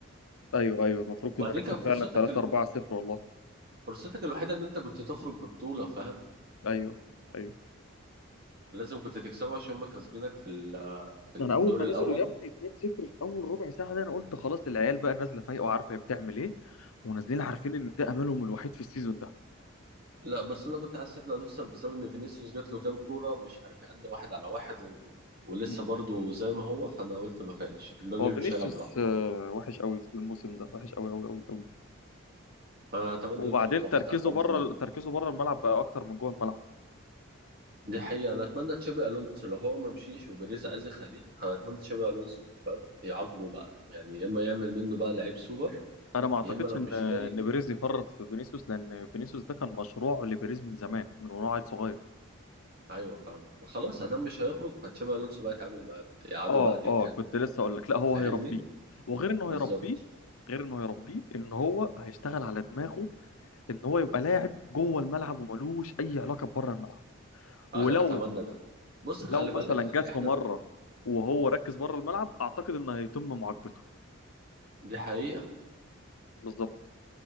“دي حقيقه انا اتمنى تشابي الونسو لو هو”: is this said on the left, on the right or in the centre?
Right